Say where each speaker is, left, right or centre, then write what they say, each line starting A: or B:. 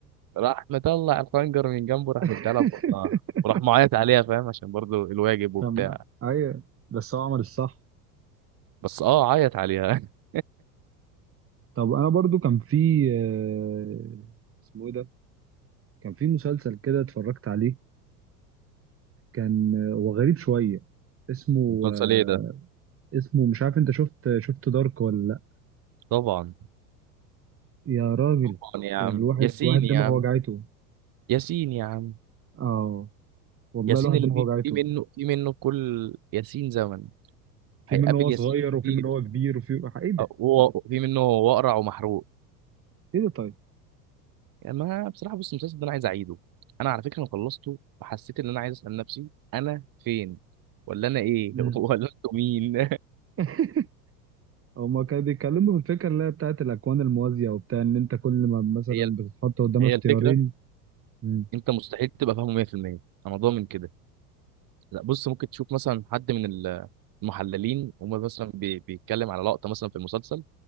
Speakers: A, on the right (about 45°); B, on the right (about 30°).
A: راح مطلع الخنجر من جنبه راح
B: <laughs>
A: مديها ببطنها وراح معيط عليها فاهم عشان برضو الواجب وبتاع
B: طب ايوه بس هو عمل الصح
A: بس اه عيط عليها <laughs>
B: طب انا برضو كان في آه، اسمه ايه ده كان في مسلسل كده اتفرجت عليه كان هو غريب شويه اسمه
A: المسلسل
B: آه،
A: ايه ده
B: اسمه مش عارف انت شفت شفت دارك ولا لا
A: طبعا
B: يا راجل
A: طبعا يا عم
B: يعني الواحد
A: ياسين
B: واحد
A: يا
B: دماغه
A: عم
B: وجعته
A: ياسين يا عم
B: اه والله
A: ياسين
B: الواحد
A: اللي
B: دماغه
A: فيه
B: وجعته
A: في منه في منه كل ياسين زمن
B: في
A: هيقابل
B: منه هو
A: ياسين
B: صغير وفي
A: كتير
B: منه هو كبير وفي ايه ده
A: أه، وهو في منه هو اقرع ومحروق
B: ايه ده طيب
A: يعني ما بصراحه بص المسلسل ده انا عايز اعيده انا على فكره انا خلصته وحسيت ان انا عايز اسال نفسي انا فين ولا انا ايه
B: امم
A: <laughs> ولا انتوا مين
B: <laughs> هما كانوا بيتكلموا في الفكره اللي هي بتاعت الاكوان الموازيه وبتاع ان انت كل ما مثلا
A: <laughs> هي
B: بتتحط قدام
A: هي
B: اختيارين
A: الفكره
B: امم
A: انت مستحيل تبقى فاهمه 100% انا ضامن كده لا بص ممكن تشوف مثلا حد من ال- المحللين وما مثلا بي- بيتكلم على لقطه مثلا في المسلسل